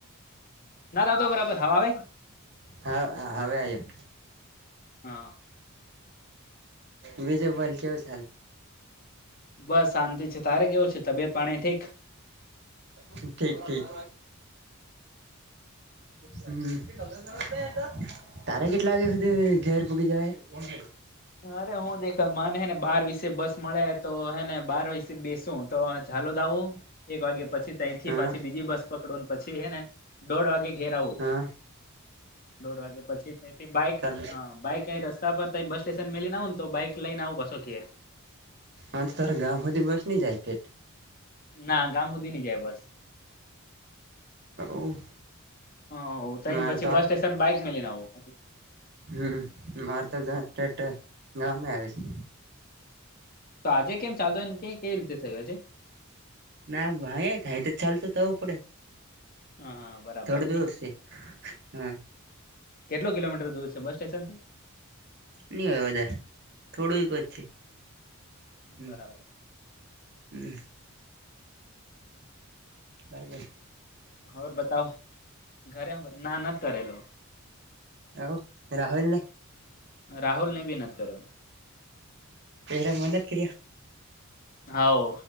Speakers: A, on the left; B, on the right.
A: ના રાતો બરાબર હા આવે.?
B: હ હવે આયો.
A: હા
B: બીજય બલ કેવું ચાલ.?
A: બસ શાંતિ છે તારે કેવું છે તબિયત પાણી ઠીક?
B: ઠીક ઠીક. હમ. તારે કેટલા વાગ્યા સુધી ઘેર પૂગી જવાય.?
A: અરે હું દેખ મને હે ને બાર વિષ બસ મળે તો હે ને બાર વિસે બેસુ. તો ાલો દ આવું એક વાગે પછી તથી
B: હા
A: પાછી બીજી બસ પકડુંને પછી હે ને. દોઢ વાગે ઘેર આવું
B: હા હા
A: દોઢ વાગે પછી તથી બાઈક
B: તાર
A: હ બાઈક. કઈ રસ્તા પર ત બસ સ્ટેશન મેલી નાવ ને તો બાઈક લઈને આવું પાસો ઘેર.
B: આજ તારા ગામ સૂધી બસ ન જાયકે?
A: ના ગામ સુદી ન જાય બસ.
B: ઓહ
A: હ ત
B: મારે
A: પછી
B: તો
A: બસ સ્ટેશન બાઈક મેલીઈને આવું.
B: હમ મારે તો <unintelligible> ગામે આવે છે.
A: તો આજે કેમ ચાલતો હોને કે કઈ રીતે થયું રે?
B: ના ભાઈ થાય તો ચાલતું થવું પડે.
A: હા હા બરાબર
B: થોડું
A: નની.
B: દૂર છે હા
A: કેટલો કિલોમીટર દૂર છે બસ સ્ટેશન થી.?
B: નઈ હોય વધારે થોડું એક જ છે હમ.
A: બરાબર
B: <unintelligible> હમ. બાઈબન.
A: હોર બતાવ ઘરે ના નત કરેલો.
B: આવવ રાહુલ નાને.
A: રાહુલ ને વિનત કર્યો.
B: પરા મનત કર્યા.?
A: હા